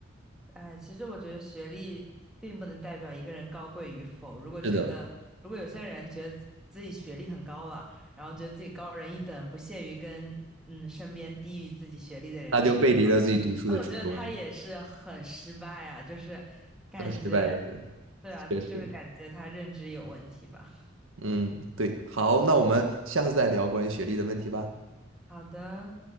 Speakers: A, in the centre; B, on the right (about 75°).
A: 哎，其实我觉得学历并不能代表一个人高贵与否。如果觉得，
B: 是的。
A: 如果有些人觉得自己学历很高了，然后觉得自己高人一等，不屑于跟嗯身边低于自己学历的人去聊
B: 他就背离了自己读书的初衷了。
A: 那我觉得他也是很失败啊，就是感觉，
B: 呃，失败的人，
A: 对啊，
B: 确实，
A: 就是感觉他认知有问题吧。
B: 嗯，对，好，那我们下次再聊关于学历的问题吧。
A: <laughs> 好的。